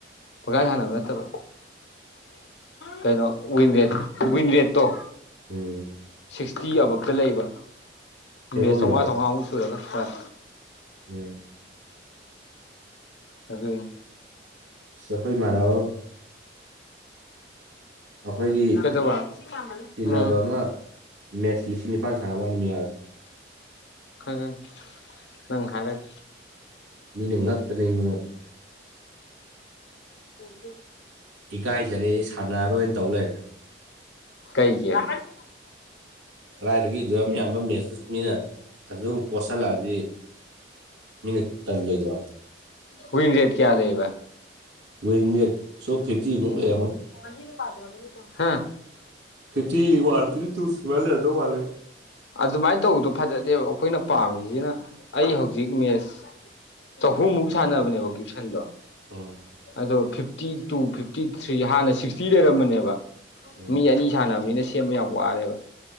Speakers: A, on the left; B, on the right.
A: ꯄꯀꯥ ꯁꯥꯟꯅꯕꯅ ꯠꯇꯕ ꯀꯩꯅꯣꯋꯤꯟ ꯔꯦꯠ ꯋꯤꯟ ꯔꯦꯠꯇꯣ
B: ꯎꯝ
A: ꯁꯤꯛꯁꯇꯤ ꯑꯕꯞꯇ ꯂꯩꯕ
B: ꯍꯦꯔꯣꯒꯤꯔꯣ
A: ꯃꯦ ꯆꯥꯝꯃꯉꯥ ꯆꯥꯝꯃꯉꯥꯃꯨꯛ ꯁꯨꯔꯒ ꯍꯣꯏ
B: ꯎꯝ
A: ꯑꯗꯨꯗ
B: ꯁꯈꯣꯏ ꯃꯥꯅꯕ ꯑꯩꯈꯣꯏꯒꯤ
A: ꯀꯗꯧꯕ
B: ꯇꯤꯟꯅꯕ
A: ꯎꯝ
B: ꯑꯃ ꯃꯦꯠꯁ ꯂꯤꯁꯤꯡ ꯅꯤꯄꯥꯟ ꯁꯥꯟꯅꯕꯃꯤ ꯌꯥꯗ
A: ꯈꯔ ꯈꯪ ꯅꯪ ꯍꯥꯏꯔꯒ
B: ꯃꯤꯅ ꯉ ꯇ ꯅꯩꯅꯣ
A: ꯎꯝ
B: ꯏꯀꯥꯏꯖꯔꯦ ꯁꯥꯟꯅꯔꯣꯏꯅ ꯇꯧ ꯂꯩꯔꯦ
A: ꯀꯩꯒꯤꯗ
B: ꯀꯗꯥꯏꯗꯒꯤ ꯗꯞ ꯌꯥꯝꯕ ꯃꯦꯆꯁ ꯃꯤꯅ ꯑꯗꯨꯝ ꯄꯣꯠꯁꯤꯜꯂꯛꯑꯗꯤ ꯃꯤꯅ ꯇ ꯂꯩꯖ
A: ꯋꯤꯟ ꯔꯦꯠ ꯀꯌꯥ ꯂꯩꯕ
B: ꯋꯤꯅꯦꯠ ꯁꯣ ꯐꯤꯞꯇꯤꯃꯨꯛ ꯂꯩꯝꯟ
A: <unintelligible>
B: ꯐꯤꯊꯤ ꯋꯥꯔꯇ ꯇꯨ ꯁꯤꯃꯗꯣ ꯋꯥꯂꯦꯕ
A: ꯑꯗꯨꯃꯥꯏꯅ ꯇꯧꯕꯗꯣ ꯐꯖꯗꯦꯕ ꯑꯩꯈꯣꯏꯅ ꯄꯥꯝꯃꯤꯁꯤꯅ ꯑꯩ ꯍꯧꯖꯤꯛ ꯃꯦꯁ ꯆꯍꯨꯝꯃꯨꯛ ꯁꯥꯟꯅꯕꯅꯦꯕ ꯀ꯭ꯌꯨꯁꯟꯗꯣ
B: ꯎꯝ
A: ꯑꯗꯣ ꯐꯤꯐꯇꯤ ꯇꯨ ꯐꯤꯐꯇꯤ ꯊ꯭ꯔꯤ ꯍꯥꯟꯅ ꯁꯤꯛꯁꯇꯤ ꯂꯩꯔꯝꯕꯅꯦꯕ
B: ꯎꯝ
A: ꯃꯤ ꯑꯅꯤ ꯁꯥꯟꯅꯕꯅꯤꯅ ꯁꯦꯝꯕ ꯌꯥꯝ ꯋꯥꯔꯦꯕ